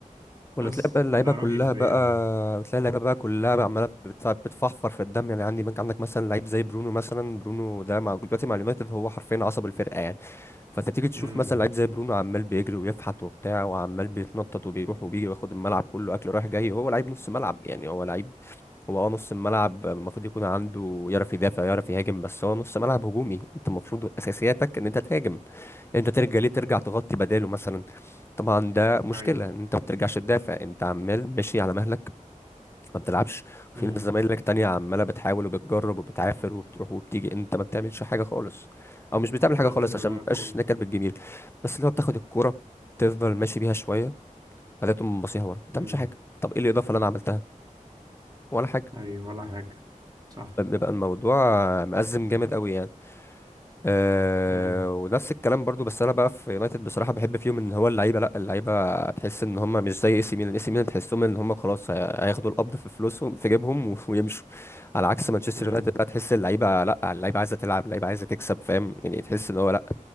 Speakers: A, on the left; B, on the right.
A: ولا
B: بس
A: تلاقي بقى اللعيبه
B: ده
A: كلها
B: رأيي في
A: بقى
B: ليام يعني
A: تلاقي اللعيبه بقى كلها بقى عماله بتف- بتفحفر في الدم يعني عندي عندك مثلا لعيب زي برونو مثلا برونو ده مع دلوقتي مع اليونايتد هو حرفيا عصب الفرقه يعني فانت تيجي تشوف
B: امم
A: مثلا لعيب زي برونو عمال بيجري ويفحت وبتاع وعمال بيتنطط وبيروح وبيجي وياخد الملعب كله اكل رايح جاي هو لعيب نص ملعب يعني هو لعيب هو اه نص الملعب المفروض يكون عنده يعرف يدافع يعرف يهاجم بس هو نص ملعب هجومي انت المفروض اساسياتك ان انت تهاجم انت ترجع ليه ترجع تغطي بداله مثلا طبعا ده مشكلة
B: اي
A: ان انت ما بترجعش تدافع انت عمال ماشي على مهلك ما بتلعبش في
B: امم
A: ناس زمايلك تانية عمالة بتحاول وبتجرب وبتعافر وبتروح وبتيجي انت ما بتعملش حاجة خالص او مش بتعمل
B: في
A: حاجة
B: الآخر
A: خالص
B: تضيع
A: عشان مبقاش
B: الكورة
A: نكر بالجميل بس اللي هو بتاخد الكورة تفضل ماشي بيها شوية بعدين تقوم باصيها ورا ما بتعملش
B: امم
A: حاجة طب ايه الإضافة اللي انا عملتها ولا حاجة
B: اي ولا حاجة صح
A: فبيبقى الموضوع مأزم جامد قوي يعني آه
B: امم
A: ونفس الكلام برضو بس انا بقى في يونايتد بصراحه بحب فيهم ان هو اللعيبه لا اللعيبه تحس ان هم مش زي اي سي ميلان اي سي ميلان تحسهم ان هم خلاص هي- هياخدوا القبض في فلوسهم في جيبهم و- ويمشوا على عكس مانشستر
B: امم
A: يونايتد لا تحس اللعيبه لا اللعيبه عايزه تلعب اللعيبه عايزه تكسب فاهم يعني تحس ان هو لا